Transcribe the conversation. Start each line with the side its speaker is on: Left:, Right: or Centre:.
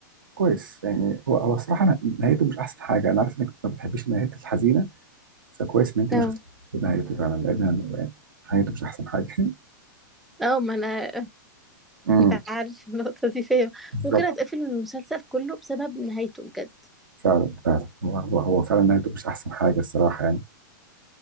Right: كويس يعني هو هو الصراحه أنا- نهايته مش احسن حاجه انا عارف انك ما بتحبيش النهايات الحزينه فكويس ان انت
Centre: اه
Right: ما شفتيش نهايته فعلا لان أنا- يعني نهايته مش احسن حاجه <laughs>
Centre: اه ما أنا
Right: امم
Centre: <laughs> أنت عارف النقطة دي فيا
Right: بالظبط
Centre: ممكن أتقفل من المسلسل كله بسبب نهايته بجد
Right: فعلا فعلا هو هو هو فعلا نهايته مش احسن حاجه الصراحه يعني